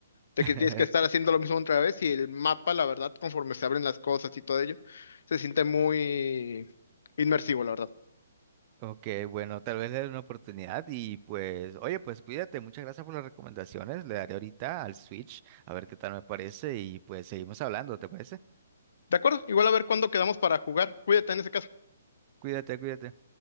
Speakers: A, on the left; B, on the right.
A: de
B: <laughs>
A: que tienes que estar haciendo lo mismo otra vez y el mapa, la verdad, conforme se abren las cosas y todo ello, se siente muy inmersivo, la verdad.
B: Ok, bueno, tal vez le dé una oportunidad y pues, oye, pues cuídate, muchas gracias por las recomendaciones, le daré ahorita al Switch a ver qué tal me parece y pues seguimos hablando, ¿te parece?
A: De acuerdo, igual a ver cuándo quedamos para jugar. Cuídate en ese caso.
B: Cuídate, cuídate.